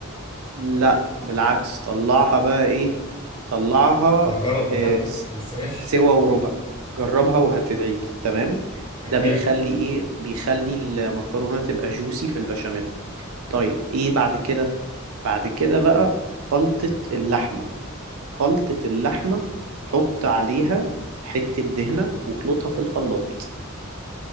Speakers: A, on the right; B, on the left.
A: لا بالعكس طلعها بقى ايه طلعها
B: هجرب بتاعتك
A: آه، س-
B: بس ماشي
A: سوا وربع جربها وهتدعيلي تمام ده
B: حلو
A: بيخلي ايه بيخلي المكرونة تبقى جوسي في البشاميل طيب ايه بعد كده بعد كده بقى خلطة اللحمة خلطة اللحمة حط عليها حتة دهنة واخلطها في الخلاط